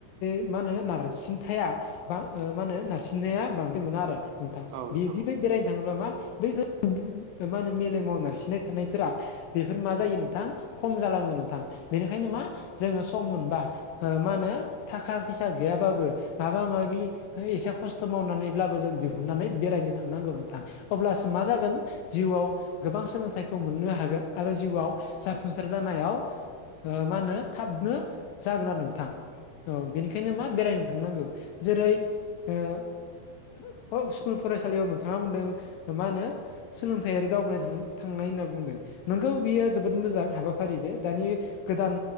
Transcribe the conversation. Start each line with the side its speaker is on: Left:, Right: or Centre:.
Left: ओ- नो नारसिनथाया बा ओ-मा होनो नारसिननया बांदाय मोना आरो नोंथां
Right: नंगौ
Left: बिदि
Right: नोंथां औ
Left: बेरायनो थाङोब्ला मा बै <unintelligible> मा होनो मेलेमाव नारसिननाय थानायफोरा बेफोर मा जायो नोंथां? खम जालाङो नोंथां बेनिखायनो मा जोङो सम मोनबा ओ मा होनो थाखा फैसा गैयाबाबो माबा माबि एसे खस्थ मावनानैब्लाबो जों दिहुननानै बेरायनो थांनांगौ नोंथां। अब्लासो मा जागोन जिउआव गोबां सोलोंथाइखौ मोननो हागोन आरो जिउआव जा फुंसार जानायाव ओ-मा होनो थाबनो जागोन आरो नोंथां। औ बेनिखायनो मा बेरायनो थांनांगौ जेरै ओ- हक स्कुल फरायसालियाव नोंथाङा बुंदों ओ-मा होनो सोलोंथायारि दावबाय थां-थांनाय होनना बुंदों। नंगौ बियो जोबोद मोजां हाबाफारि बे दानि गोदान